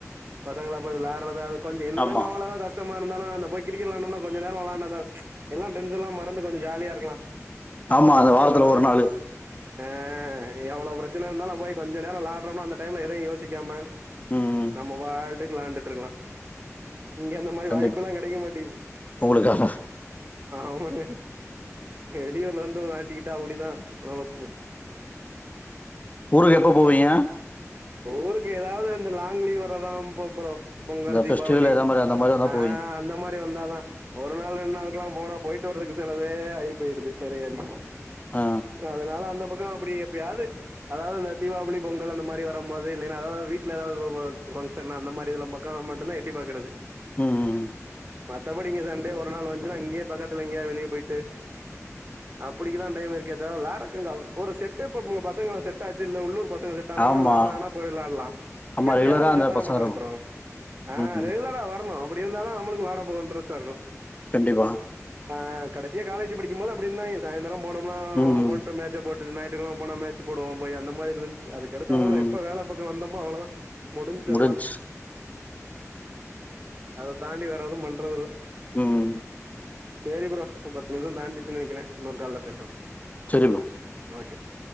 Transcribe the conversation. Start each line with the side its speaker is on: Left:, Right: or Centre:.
Right: பசங்களா போய் விளாடுறது அது கொஞ்ச என்ன
Left: ஆமா
Right: தா கவல கஷ்டமா இருந்தாலும் அந்த போய் கிரிக்கெட் விளாண்டம்ன்னா கொஞ்ச நேரோ விளாண்டா தா எல்லாம் டென்ஷன்ல்லா மறந்து கொஞ்சோ ஜாலியா இருக்கலா
Left: ஆமா அந்த வாரத்துல
Right: ஏதோ ஒரு
Left: நாளு
Right: ஆ எவ்வள பிரச்சன இருந்தாலும் நம்ம போய் கொஞ்ச நேரோ விளாட்ரம்ன்னா அந்த டைம்ல எதயு யோசிக்காம
Left: ம் ம்
Right: நம்மவாட்டுக்கு விளாண்டுட்டு இருக்கலா இங்க அந்த மாரி
Left: கண்டிப்பா
Right: வாய்ப்பு எல்லா கெடைக்க மாட்டேது
Left: உங்களுக்காக
Right: ஆமாங்க வெளியூர் வந்து மாட்டிக்கிட்டா அப்டிதா பொழப்பு
Left: ஊருக்கு எப்போ போவீங்க
Right: ஊருக்கு ஏதாவது இந்த லாங் லீவ் வர்றதா ப்ப ப்ரோ பொங்கல்
Left: இந்த
Right: தீபாவளி
Left: ஃபெஸ்டிவல் எதா மாரி அந்த மாரி வந்தா
Right: ஆ
Left: போவீங்க
Right: அந்த மாரி வந்தாதா ஒரு நாள் ரெண்டு நாளுக்குல்லா போனா போயிட்டு வரதுக்கு செலவே ஆகி போயிடுது நெறைய அதிகமா
Left: ஆ
Right: அதனால அந்த பக்கோ அப்டி எப்பயாது அதாவது இந்த தீபாவளி பொங்கல் அந்த மாரி வரம் போது இல்ல அதாவது வீட்டுல எதாவது பங்க்ஷன்னா அந்த மாரில்லா க்காக மட்டுந்தா எட்டி பாக்கறது
Left: ம் ம்
Right: மத்தபடி இங்க சண்டே ஒரு நாள் வந்துச்சனா இங்கயே பக்கத்துல எங்கயாது வெளிய போயிட்டு அப்படிக்குதா டைம் இருக்கே தவர விளாற்றதுக்கு எங்க ஒரு செட்டு இப்ப மூணு பசங்க செட் ஆச்சு சில்ல உள்ளூர் பசங்க செட்டானாங்னா
Left: ஆமா
Right: விளாட்றாங்கானா போய் விளாட்லாம் இங்க
Left: ஆமா
Right: அப்டி
Left: ரெகுலரா
Right: யாரும்
Left: அந்த
Right: செட் ஆக
Left: பசங்க
Right: மாட்றாங்க
Left: இருக்கணு
Right: ப்ரோ ஆ
Left: ம்
Right: ரெகுலரா வர்ணும் அப்டி இருந்தாதா நம்மளுக்கும் விளாடபோக இன்ட்ரஸ்டா இருக்கும்
Left: கண்டிப்பா
Right: ஆ கடசியா காலேஜ்ஜி படிக்கம் போது அப்டி இருந்தாங்க சாய்ந்தரம் போனம்னா
Left: ம்
Right: போட்டு
Left: ம்
Right: மேட்ச்ச போட்டு நாயத்து கெழம போனா மேட்ச்சு போடுவோ போய் அந்த மார் இருந்துச்சு அது அடுத்து
Left: ம்
Right: அவ்ளதா
Left: ம்
Right: எப்ப வேல பாக்கோ வந்தமோ அவ்ளோதா முடிஞ்ச்சி
Left: முடிஞ்ச்சு
Right: அதெல்லா அத தாண்டி வேற எதும் பண்றதில்ல
Left: ம்
Right: சேரி ப்ரோ இப்ப பத்து நிம்ஷோ தாண்டிச்சி நெனைக்கிறே இன்னொரு கால்ல பேசலாம்
Left: சரி ப்ரோ
Right: ஓகே ப்ரோ